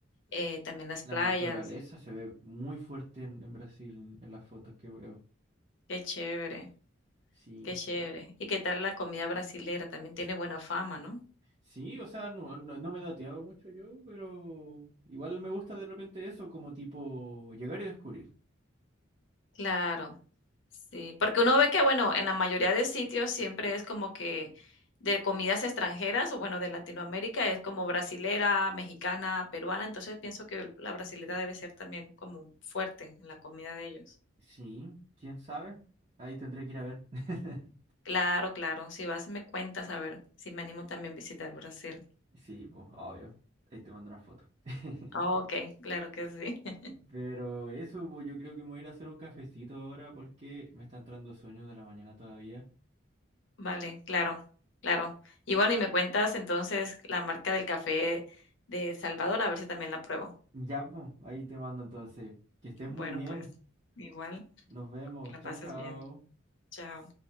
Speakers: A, on the left (about 70°); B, on the right (about 35°).
A: eh,
B: sí,
A: también las
B: la
A: playas.
B: naturaleza se ve muy fuerte en, en Brasil, en las fotos que veo.
A: Qué chévere,
B: Sí.
A: qué chévere. ¿Y qué tal la comida brasilera? También tiene buena fama, ¿no?
B: Sí, o sea, no, no, no me he dateado mucho yo, pero igual me gusta de repente eso, como tipo llegar y descubrir.
A: Claro. Sí, porque uno ve que, bueno, en la mayoría de sitios siempre es como que de comidas extranjeras o bueno, de Latinoamérica es como brasilera, mexicana, peruana, entonces pienso que la brasilera debe ser también como fuerte en la comida de ellos.
B: Sí, quién sabe. Ahí tendré que ir a ver. <laughs>
A: Claro, claro, si vas me cuentas a ver si me animo también a visitar Brasil.
B: Sí, pues, obvio. Ahí te mando una foto. <laughs>
A: Oh, Ok, claro que sí. <laughs>
B: Pero eso, pues yo creo que me voy a ir a hacer un cafecito ahora porque me está entrando sueño de la mañana todavía.
A: Vale, claro, claro. Y bueno, y me cuentas entonces la marca del café de Salvador, a ver si también la pruebo.
B: Ya, pues, ahí te mando entonces. Que estés
A: Bueno,
B: muy bien.
A: pues igual,
B: Nos vemos.
A: que la
B: Chao,
A: pases
B: chao.
A: bien. Chao.